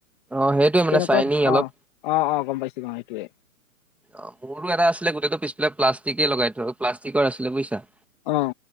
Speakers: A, in the centre; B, on the left (about 35°).
A: অ' সেইটোৱে মানে
B: তেনেকুৱাত
A: চাইনি অলপ।
B: অহ'। অহ', অহ' গম পাইছোঁ গ' সেইটোৱে।
A: অহ, মোৰো এটা আছিলে গোটেইটো পিছফালে প্লাষ্টিকেই লগাই থৈ, প্লাষ্টিকৰ আছিলে বুজিছা।
B: অহ।